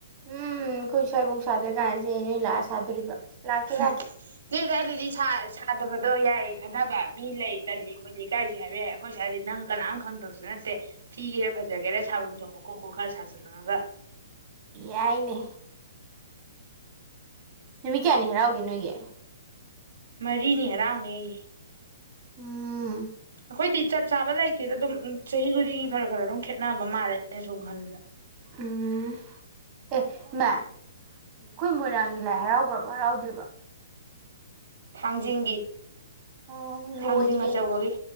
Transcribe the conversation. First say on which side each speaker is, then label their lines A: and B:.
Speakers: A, on the right; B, on the right.
A: ꯎꯝ ꯑꯈꯣꯏ ꯁ꯭ꯋꯥꯏꯕꯣꯛ ꯁꯥꯗ꯭ꯔꯀꯥꯟꯁꯤꯗ ꯅꯣꯏ ꯂꯥꯛꯑ ꯁꯥꯗꯣꯔꯤꯕ ꯂꯥꯛꯀꯦ
B: ꯍꯨꯝ
A: ꯂꯥꯛꯀꯦ
B: ꯅꯣꯏ ꯑꯗꯥꯏꯗꯗꯤ ꯁꯥ ꯁꯥꯗꯕꯗꯣ ꯌꯥꯏꯌꯦ ꯈꯟꯅꯕ ꯃꯤ ꯂꯩ ꯇꯜꯂꯤ ꯈꯣꯠꯂꯤ ꯏꯀꯥꯏꯖꯩ ꯍꯥꯏꯕ ꯌꯥꯏ ꯑꯩꯈꯣꯏ ꯁꯥꯏꯗꯗꯤ ꯅꯪ ꯀꯅꯥꯝ ꯈꯪꯗꯧꯁꯨ ꯅꯠꯇꯦ ꯊꯤꯒꯦꯔ ꯐ ꯐꯖꯒꯦꯔ ꯁꯥꯕꯝ ꯊꯣꯛꯄ ꯀꯣꯛ ꯀꯣꯛ ꯈꯔ ꯁꯥꯖꯜꯂꯨꯔꯒ
A: ꯌꯥꯏꯅꯦ ꯅꯨꯃꯤꯠ ꯀꯌꯥꯅꯤ ꯍꯔꯥꯎꯒꯦ ꯅꯣꯏꯒꯤ
B: ꯃꯔꯤꯅꯤ ꯍꯔꯥꯎꯅꯦꯌꯦ
A: ꯎꯝ
B: ꯈꯣꯏꯗꯤ ꯆꯞ ꯆꯥꯕ ꯂꯩꯇꯦꯗ ꯑꯗꯨꯝ ꯆꯍꯤ ꯈꯨꯗꯤꯡꯒꯤ ꯈꯔ ꯈꯔ ꯑꯗꯨꯝ ꯈꯦꯠꯅꯕ ꯃꯥꯜꯂꯦ ꯑꯩꯅ ꯁꯨꯝ ꯈꯟꯕꯗ
A: ꯎꯝ ꯑꯦ ꯏꯃꯥ ꯈꯣꯏ ꯃꯣꯏꯔꯥꯡꯒꯤ ꯂꯥꯏ ꯍꯔꯥꯎꯒ꯭ꯔꯕ ꯍꯔꯥꯎꯗ꯭ꯔꯤꯕ
B: ꯊꯥꯡꯖꯤꯡꯒꯤ
A: ꯎꯝ
B: ꯊꯥꯡꯖꯤꯡ
A: ꯂꯣꯏꯈ꯭ꯔꯦ
B: ꯑꯆꯧꯕꯒꯤ